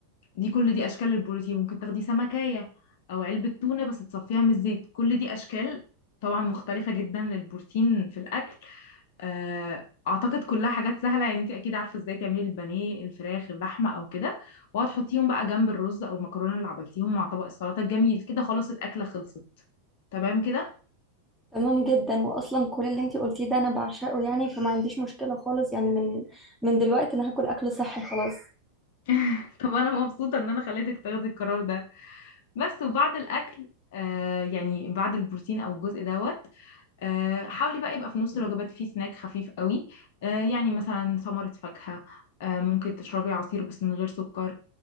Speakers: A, on the left; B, in the centre.
A: دي كل دي اشكال البروتين ممكن تاخدي سمكية او علبة تونة بس تصفيها من الزيت كل دي اشكال طبعا مختلفة جدا للبروتين في الاكل آه، اعتقد كلها حاجات سهله يعني انت اكيد عارفه ازاي تعملي البانيه الفراخ اللحمه او كده وهتحطيهم بقى جنب الرز او المكرونه اللي عملتيهم مع طبق السلطه الجميل كده خلاص الاكله خلصت تمام كده
B: تمام جدا واصلا كل اللي انتي قلتيه ده انا بعشقه يعني فما عنديش مشكله خالص يعني من من دلوقتي انا هاكل اكل صحي خلاص
A: <laughs> طب انا مبسوطه ان انا خليتك تاخدي القرار ده بس وبعد الاكل آه يعني بعد البروتين او الجزء دوت آه حاولي بقى يبقى في نص الوجبات فيه سناك خفيف قوي آه يعني مثلا ثمره فاكهه آه ممكن تشربي عصير بس من غير سكر